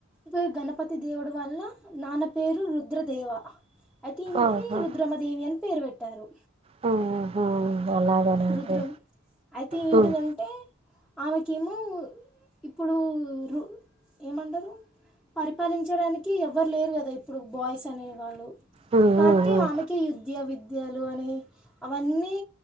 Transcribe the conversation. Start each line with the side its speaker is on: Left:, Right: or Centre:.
Centre: యే గణపతి దేవుడు వాళ్ల నాన్న పేరు రుద్రదేవ అయితే ఈయనకి
Right: ఆహా!
Centre: రుద్రమదేవి అని పేరు పెట్టారు
Right: హుహు. అలాగనండి.
Centre: రుద్రం అయితే ఏంటిదంటే
Right: హ్మ్.
Centre: ఆమెకేమో ఇప్పుడు రూ ఏమంటారు పరిపాలించడానికి ఎవరు లేరు కదా ఇప్పుడు బాయ్స్ అనేవాళ్ళు
Right: హ్మ్.
Centre: కాబట్టి
Right: హ్మ్. హ్మ్.
Centre: ఆమెకి యుద్యా విద్యలు అని అవన్నీ